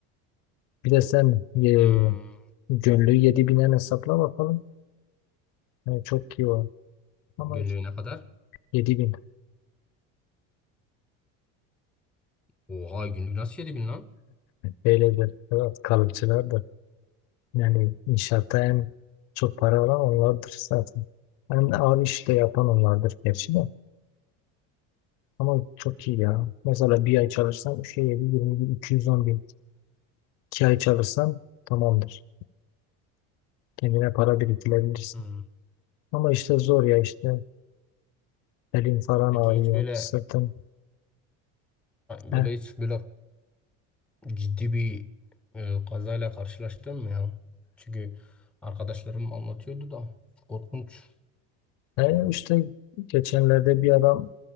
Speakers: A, on the left; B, in the centre.
A: Bir de sen e,
B: Hmm.
A: gönlü 7 binen hesapla bakalım. Yani çok iyi var. Ama
B: Günlüğüne
A: işte
B: kadar.
A: 7 bin.
B: Oha günlük nasıl 7000 lan?
A: Böyledir. Evet, kalıpçılar da. Yani inşaatta en çok para alan onlardır zaten. En ağır iş de yapan onlardır gerçi de. Ama çok iyi ya. Mesela bir ay çalışsan 3'e 20 bin, 210 bin. 2 ay çalışsan tamamdır. Kendine para biriktirebilirsin.
B: Hmm.
A: Ama işte zor ya işte. Elin falan
B: Peki
A: ağrıyor,
B: hiç böyle
A: sırtın.
B: böyle
A: He.
B: hiç böyle ciddi bir e, kazayla karşılaştın mı ya? Çünkü arkadaşlarım anlatıyordu da korkunç.
A: E işte geçenlerde bir adam